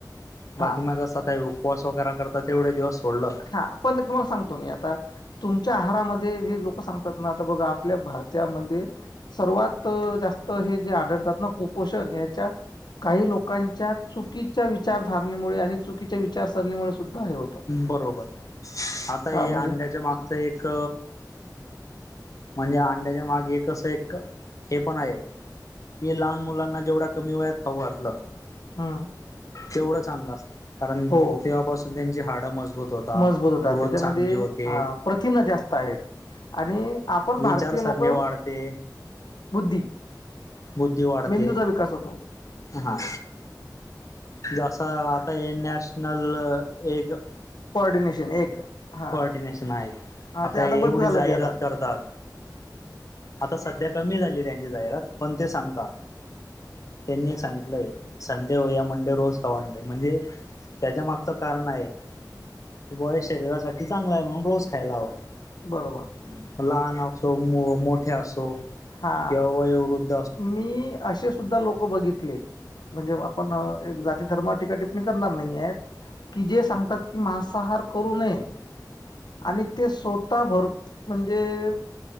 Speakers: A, on the left; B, on the left.
A: हा
B: बाकी मग असा काय उपवास वगैरे करतात तेवढे दिवस सोडलं
A: हा पण तुम्हाला सांगतो मी आता तुमच्या आहारामध्ये जे लोक सांगतात ना आता बघा आपल्या भारतामध्ये सर्वात जास्त <unintelligible> ओपोचन त्यांच्यामध्ये आढळतात. <unintelligible> काही लोकांच्या चुकीच्या विचारधारणेमुळे आणि चुकीच्या विचारसरणीमुळे सुद्धा हे होतं.
B: बरोबर आता
A: हा म्हणजे
B: अंड्याच्या मागचं एक म्हणजे अंड्याच्या मागे कस एक हे पण आहे <unintelligible> कि लहान मुलांना जेवढा कमी वेयात खाऊ घातलं
A: हम्म
B: तेवढं चांगलं असतं कारण
A: हो
B: तेव्हापासून त्यांची हाडं मजबूत राहतात.
A: मजबूत होतात
B: झोप
A: त्याच्यामध्ये
B: चांगली होते.
A: हा प्रथिनं जास्त आहेत आणि आपण
B: बुद्धिमत्ता
A: भारतीय लोक
B: वाढते
A: बुद्धी
B: विचार वाढता.
A: मेंदूचा विकास होतो
B: हा. नॅशनल जसं एक आहे.
A: एक कोऑर्डिनेशन हा
B: कोऑर्डिनेशन आहे
A: हा ते
B: ही
A: आता
B: एवढी
A: बंद झालं
B: जाहिरात
A: ते आता
B: करतात. आता सध्या कमी झाली त्यांची जाहिरात पण ते सांगता त्यांनी एक सांगितलंय संडे हो या मंडे रोज खा अंडे त्याच्या मागच कारण आहे. बॉय शरीरासाठी लहान असं किंवा मोठे रोज खायला ते
A: बरोबर
B: चांगलं असतं.
A: हा
B: केव्हा येर <unintelligible>
A: मी असे सुद्धा लोक बघितले. म्हणजे. आपण जाती धर्मावर टीका करायची नाही आहेत. की जे सांगतात की मासाहार त्यांचा आहार आहे. ते स्वतः करू नये.